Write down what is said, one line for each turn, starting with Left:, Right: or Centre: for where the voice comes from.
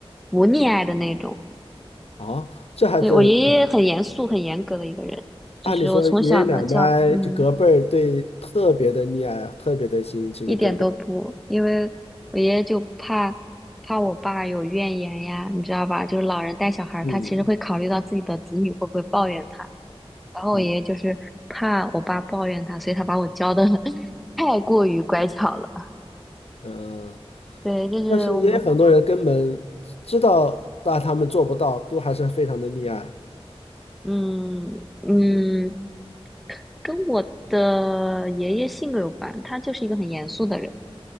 Centre: 不溺爱的那种。
Left: 哦，这孩子。
Centre: 对，我爷爷很严肃、很严格的一个人，就是我从小的教，
Left: 按理说爷爷奶奶这隔辈儿对特别的溺爱啊，
Centre: 嗯，
Left: 特别的心，其实隔辈，
Centre: 一点都不，因为我爷爷就怕怕我爸有怨言呀，你知道吧？就是老人带小孩儿，
Left: 嗯
Centre: 他其实会考虑到自己的子女会不会抱怨他。然后我爷爷就是怕我爸抱怨他，
Left: 嗯
Centre: 所以他把我教的 <laughs> 太过于乖巧了。
Left: 呃，
Centre: 对，就是我们，
Left: 但是也有很多人根本知道，但他们做不到，都还是非常的溺爱。
Centre: 嗯嗯，跟我的爷爷性格有关，他就是一个很严肃的人，